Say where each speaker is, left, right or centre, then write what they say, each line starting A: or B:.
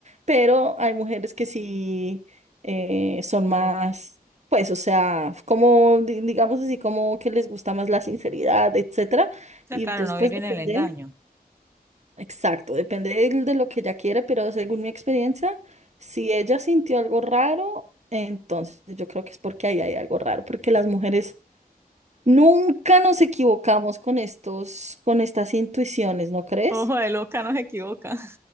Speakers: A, on the right (about 45°); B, on the right (about 15°).
A: Pero hay mujeres que sí eh, son
B: No,
A: más,
B: o
A: pues, o sea, como, di- digamos así, como que les gusta más la sinceridad, etcétera.
B: sea,
A: Y
B: claro,
A: entonces,
B: no
A: pues
B: vivir
A: depende.
B: en el engaño.
A: Exacto, depende del- de, lo que ella quiera, pero según mi experiencia, si ella sintió algo raro, entonces yo creo que es porque ahí hay algo raro, porque las mujeres nunca nos equivocamos con estos, con estas intuiciones, ¿no crees?
B: Ojo de loca, no se equivoca.